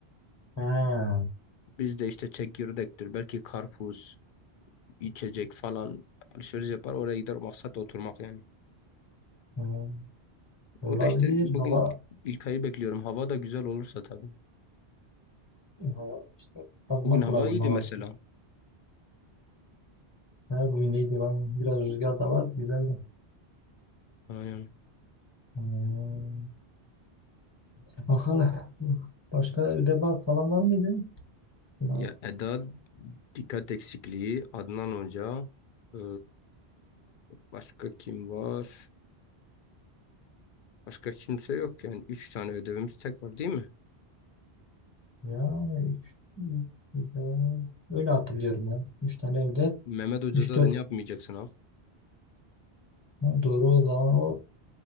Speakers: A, on the left; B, on the left.
A: Ha,
B: Biz de işte çekirdektir, belki karpuz, içecek falan alışveriş yapar oraya gider maksat oturmak yani.
A: hmm. Olabilir.
B: O da işte bugün
A: Hava,
B: ilk İlkay'ı bekliyorum. Hava da güzel olursa tabii.
A: ya, işte bakmak
B: Bugün hava
A: lazım
B: iyiydi
A: hava.
B: mesela.
A: Ha, bugün neydi? Ben- Biraz rüzgar da var. Güzeldi.
B: Aynen.
A: Hmm. E, Bakalım. Başka ödev falan var mıydı? Sınav.
B: Ya Eda dikkat eksikliği, Adnan Hoca, ee, başka kim var? Başka kimse yok yani. Üç tane ödevimiz tek var değil mi?
A: Ya üç, üç, güzel. öyle hatırlıyorum ben. Üç tane evde.
B: Mehmet Hoca
A: Üç
B: zaten
A: dört
B: yapmayacaksın sınav.
A: Ha, doğru o zaman o